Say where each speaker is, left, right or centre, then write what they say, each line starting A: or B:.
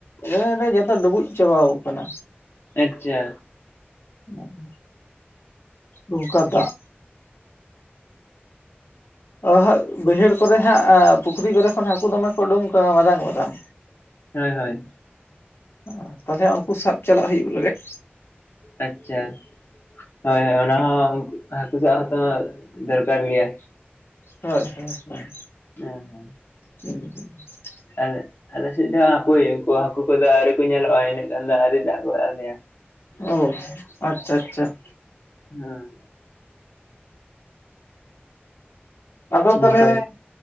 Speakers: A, on the left; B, on the left.
A: ᱟᱫᱚ ᱞᱟᱹᱭ ᱫᱟᱭ ᱡᱚᱛᱚ ᱰᱩᱵᱩᱡ ᱪᱟᱵᱟᱣ ᱠᱟᱱᱟ᱾
B: ᱮᱪᱪᱟ
A: ᱚᱱᱟ ᱫᱚ ᱱᱚᱝᱠᱟ ᱫᱟᱜ ᱚ ᱦᱟᱸᱜ ᱵᱟᱹᱭᱦᱟᱹᱲ ᱠᱚᱨᱮ ᱦᱟᱸᱜ ᱮ ᱯᱩᱠᱷᱨᱤ ᱠᱚᱨᱮ ᱠᱷᱚᱱ ᱦᱟᱠᱩ ᱫᱚᱢᱮ ᱠᱚ ᱩᱰᱩᱝ ᱠᱟᱱᱟ ᱢᱟᱨᱟᱝ ᱢᱟᱨᱟᱝ᱾
B: ᱦᱳᱭ ᱦᱳᱭ
A: ᱩᱸ ᱮᱸ ᱛᱟᱞᱦᱮ ᱩᱱᱠᱩ ᱥᱟᱵ ᱪᱟᱞᱟᱜ ᱦᱩᱭᱩᱜ ᱞᱟᱹᱜᱤᱫ᱾
B: ᱟᱪᱪᱟ ᱦᱚᱭ ᱦᱚᱭ ᱚᱱᱟ ᱦᱚᱸ ᱩᱝᱠᱩ ᱦᱟᱹᱠᱩ ᱥᱟᱵ ᱦᱚᱸᱛᱚ ᱫᱚᱨᱠᱟᱨ ᱜᱮᱭᱟ᱾
A: ᱦᱳᱭ ᱦᱚᱭ ᱦᱚᱭ
B: ᱮ ᱦᱮᱸ
A: ᱩᱸ
B: ᱟᱞᱮ, ᱟᱞᱮ ᱥᱮᱫ ᱫᱚ ᱦᱟᱯᱚᱭ, ᱩᱱᱠᱩ ᱦᱟᱹᱠᱩ ᱠᱚᱫᱚ ᱟᱹᱶᱨᱤ ᱠᱚ, ᱧᱮᱞᱚᱜᱼᱟ ᱾ ᱤᱱᱟᱹᱜ ᱜᱷᱟᱱ ᱫᱚ, ᱟᱹᱣᱨᱤ ᱫᱟᱜ ᱜᱚᱫ ᱟᱞᱮᱭᱟ ᱾
A: ᱚᱼᱦ, ᱟᱪᱪᱷᱟ ᱟᱪᱪᱷᱟ ᱾
B: ᱦᱮᱸᱻ ᱾
A: ᱟᱫᱚ
B: ᱱᱚᱝᱠᱟ
A: ᱛᱟᱦᱚᱞᱮ,
B: ᱞᱮᱠᱟ